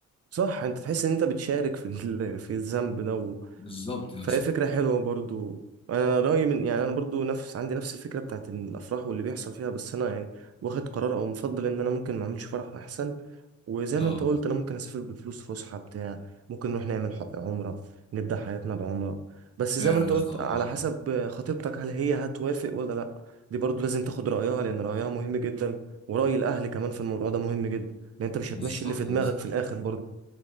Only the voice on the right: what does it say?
صح انت تحس ان انت بتشارك في ال- في الذنب ده
فهي
فكرة حلوة برضو أنا رأيي من يعني أنا برضو نفس عندي نفس الفكرة بتاعت إن الأفراح واللي بيحصل فيها بس أنا يعني واخد قرار أو مفضل إن أنا ممكن ما أعملش فرح أحسن وزي
ما أنت قلت أنا ممكن أسافر بفلوس فسحة بتاع ممكن نروح نعمل ح- عمرة نبدأ حياتنا بعمرة بس
زي ما أنت
قلت
على حسب خطيبتك هل هي هتوافق ولا لأ دي برضو لازم تاخد رأيها لأن رأيها مهم جدا ورأي الأهل كمان في الموضوع ده مهم جدا لأن أنت مش
هتمشي اللي في دماغك
في الآخر برضو